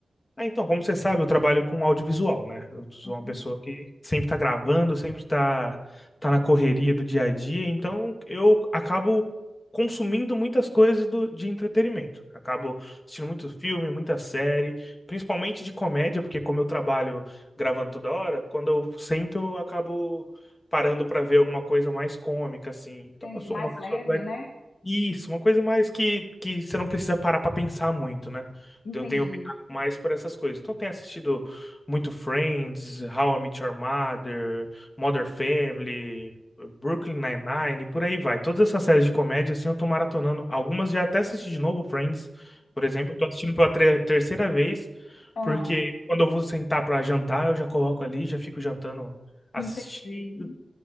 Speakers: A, on the left; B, on the left.
A: Ah, então, como você sabe, eu trabalho com audiovisual, né? Eu sou
B: Uhum,
A: uma pessoa que sempre tá gravando, sempre tá, tá na correria do dia a dia, então eu acabo consumindo muitas coisas do- de entretenimento. Acabo assistindo muito filme, muita série, principalmente de comédia, porque como eu trabalho gravando toda hora, quando eu sento, eu acabo parando pra ver alguma coisa mais cômica, assim.
B: entendi,
A: Então, eu sou
B: mais
A: uma pessoa
B: leve,
A: que vai
B: né?
A: isso, uma coisa mais que, que você não precisa parar pra pensar muito, né?
B: Entendi.
A: Eu tenho optado mais por essas coisas. Então, eu tenho assistido muito Friends, How I Met Your Mother, Modern Family, Brooklyn Nine-Nine, e por aí vai. Todas essas séries de comédia, assim, eu tô maratonando. Algumas já até assisti de novo, Friends, por exemplo. Eu tô assistindo pela tre- terceira vez,
B: Ah,
A: porque quando eu vou sentar pra jantar, eu já coloco ali, já fico jantando, assistindo.
B: entendi.